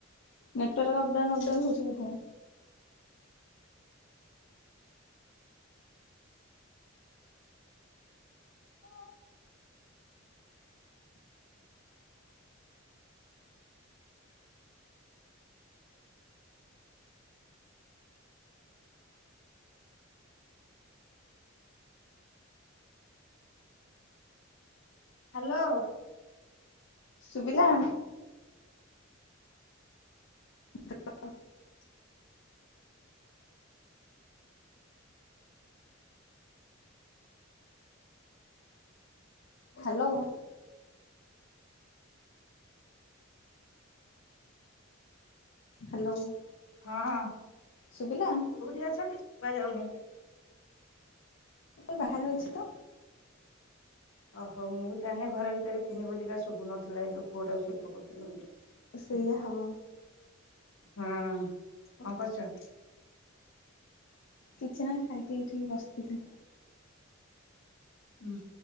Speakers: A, on the left; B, on the left.
A: ନେଟୱାର୍କ ଅପଡାଉନ ଅପଡାଉନ ହଉଛି କଥା।
B: ହ ହ୍ୟାଲୋ।
A: ଶୁବିଲା? <unintelligible> ହ୍ୟାଲୋ। ହ୍ୟାଲୋ।
B: ହଁ।
A: ସୁୁବିଲା?
B: କୋଉଠି ଅଛ କି ଶୁବା ଯାଉନି।
A: ଏ ବାହାରେ ଅଛି ତ।
B: ଓହୋ ମୁଁ ତାହେଲେ ଘର ଭିତରେ ଥିନି ବୋଲିିକା ଶୁଭୁ ନଥିଲା ଏ ଯୋଉ ପୁଅଟାକୁ ଶୋଇ ପକଉଥିଲି ବୋଲି।
A: ସେଇଆ ହବ।
B: ହଁ କଣ କରୁଛ?
A: କିଛି ନାହିଁ ଖାଇକି ଏଇଠିକି ବସିଥିଲି।
B: ହୁଁ